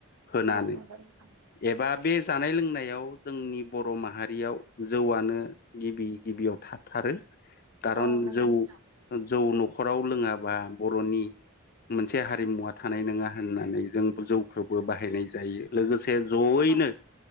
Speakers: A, on the left; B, on the right.
A: होनानै
B: औ नंगौ नोंथां।
A: एबा बे जानाय -लोंनायाव जोंनि बर' माहारियाव जौआनो गिबि गिबियाव थाथारो। खारन
B: औ नंगौ
A: जौ
B: नोंथां
A: -जौ न'खराव लोङाबा बर'नि मोनसे हारिमुवा थानाय नङा होननानै जों जौखौबो बाहायनाय जायो लोगोसे जयैनो
B: औ